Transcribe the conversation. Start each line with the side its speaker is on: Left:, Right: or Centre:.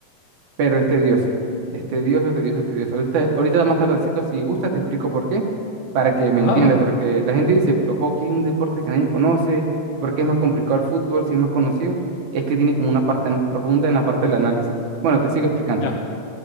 Right: pero es tedioso. Es tedioso, tedioso, tedioso. Ahorita, te- ahorita más tardecito, si gustas, te explico por qué, para que me
Left: Ah,
Right: entiendas,
Left: ajá,
Right: porque la gente dice, pero hockey es un deporte que nadie conoce, porque es más complicado el fútbol, si es más conocido, es que tiene como una parte más profunda en la parte del análisis. Bueno, te sigo explicando.
Left: ya.